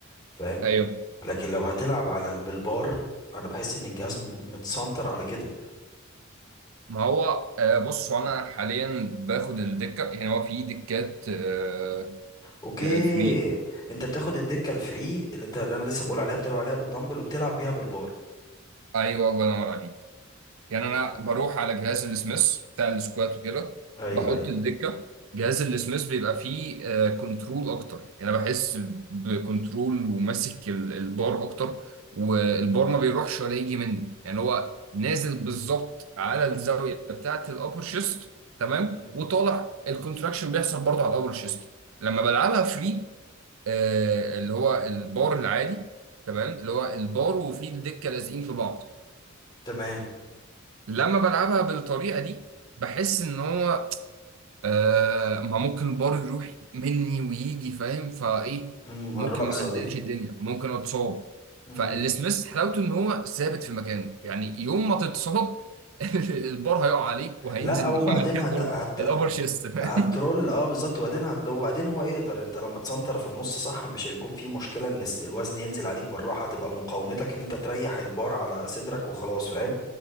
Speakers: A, on the left; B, on the right.
A: فاهم
B: ايوه
A: لكن لو هتلعب على ال- بالبار أنا بحس إن الجهاز م- متسنتر على كده
B: ما هو آه بص هو انا حاليا باخد الدكه يعني هو في دكات آه
A: أوكي
B: آه فري
A: أنت بتاخد الدكة الفري اللي أنت اللي أنا لسه بقول عليها بتلعب عليها بالدمبل وبتلعب بيها بالبار
B: ايوه الله ينور عليك يعني انا
A: ايوه
B: بروح على جهاز السميث بتاع السكوات وكده
A: ايوه
B: بحط الدكه جهاز السميث بيبقى فيه آه، كنترول اكتر يعني انا بحس بكنترول وماسك ال- البار اكتر والبار ما بيروحش ولا يجي مني يعني هو نازل بالظبط على الزاويه بتاعه الابر شيست تمام
A: مم.
B: وطالع الكونتراكشن بيحصل برضه على الابر شيست لما بلعبها فري آه، اللي هو البار العادي تمام اللي هو البار وفيه الدكه لازقين في بعض
A: تمام
B: لما بلعبها بالطريقة دي بحس ان هو آه ما ممكن البار يروح مني ويجي فاهم فايه
A: امم
B: ممكن
A: الرقصه
B: ما عندلش
A: دي
B: الدنيا ممكن اتصاب
A: امم
B: فالسميث حلاوته ان هو ثابت في مكانه يعني يوم ما تتصاب <laughs> البار هيقع عليك وهينزل
A: لا وبعدين
B: من مكان
A: هت...
B: برضه
A: هت...
B: الابر شيست فاهم
A: هترول اه بالظبط وبعدين هت... لو وبعدين هو يقدر انت لو متسنتر في النص صح مش هيكون في مشكله ان الس- الوزن ينزل عليك بالراحه تبقى مقاومتك ان انت تريح البار على صدرك وخلاص فاهم